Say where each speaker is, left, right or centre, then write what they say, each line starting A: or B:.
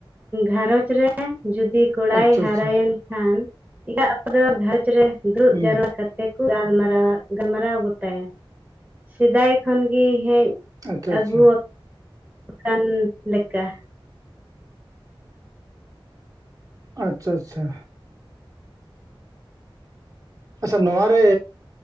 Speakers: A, on the right; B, on the right.
A: ᱜᱷᱟᱨᱚᱸᱡᱽ ᱨᱮ ᱡᱩᱫᱤ ᱠᱚᱲᱟᱭ
B: ᱟᱪᱪᱷᱟ
A: ᱦᱟᱨᱟᱭᱮᱱ
B: ᱟᱪᱪᱷᱟ
A: ᱠᱷᱟᱱ <unintelligible> ᱜᱷᱟᱨᱚᱸᱡᱽ ᱨᱮ ᱫᱩᱲᱩᱵ
B: ᱦᱩᱸ
A: ᱡᱟᱨᱣᱟ ᱠᱟᱛᱮ, ᱛᱮᱠᱩ ᱜᱟᱞᱢᱟᱨᱟᱣᱟ ᱜᱟᱞᱢᱟᱨᱟᱣ ᱜᱚᱴᱟᱭᱟ ᱥᱮᱫᱟᱭ ᱠᱷᱚᱱ ᱜᱮ ᱦᱮᱡ,
B: ᱟᱪᱪᱷᱟ ᱟᱪᱪᱷᱟ᱾
A: ᱟᱹᱜᱩ ᱟᱠᱟᱱ ᱞᱮᱠᱟ
B: ᱟᱪᱪᱷᱟ ᱟᱪᱪᱷᱟ, ᱟᱪᱪᱷᱟ ᱱᱚᱣᱟᱨᱮ